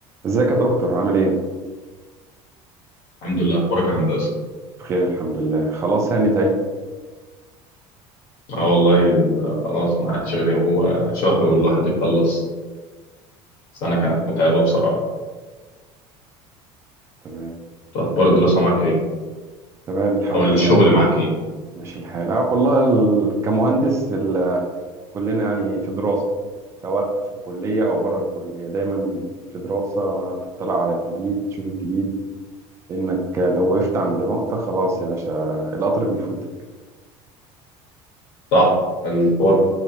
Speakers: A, on the right; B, on the left.
A: ازيك يا دكتور عامل ايه؟
B: الحمد لله اخبارك يا هندسه
A: بخير الحمد لله خلاص هانت اهي
B: اه والله ال- خلاص ما عادش غير هو شهر والواحد يخلص سنه كانت متعبه بصراحه
A: تمام
B: طب اخبار الدراسه معاك ايه
A: تمام الحمد
B: او الشغل
A: لله
B: معاك ايه
A: ماشي الحال اه والله ال- كمهندس ال- كلنا يعني في دراسة سواء في الكلية أو بره الكلية دايما في دراسة تطلع على الجديد تشوف الجديد لأنك لو وقفت عند نقطة خلاص يا باشا القطر بيفوتك
B: صح الحوار